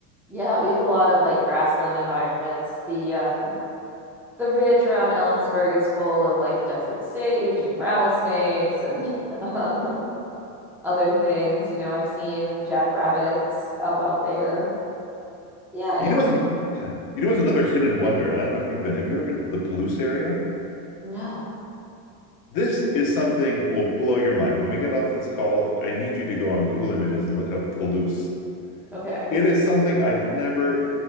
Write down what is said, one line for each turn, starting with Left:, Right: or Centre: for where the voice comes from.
Centre: Yeah, we have a lot of like grassland environments. The um the ridge around Ellensburg is full of like desert sage and rattlesnakes and <laughs> um other things. You know, I've seen jackrabbits up out there. Yeah,
Left: You
Centre: it's
Left: know what's an, yeah. You know what's another hidden wonder? I don't know if you've been. Have you ever been to the Palouse area?
Centre: no.
Left: This is something will blow your mind. When we get off this call, I need you to go on Google Images and look up Palouse.
Centre: Okay.
Left: It is something I've never,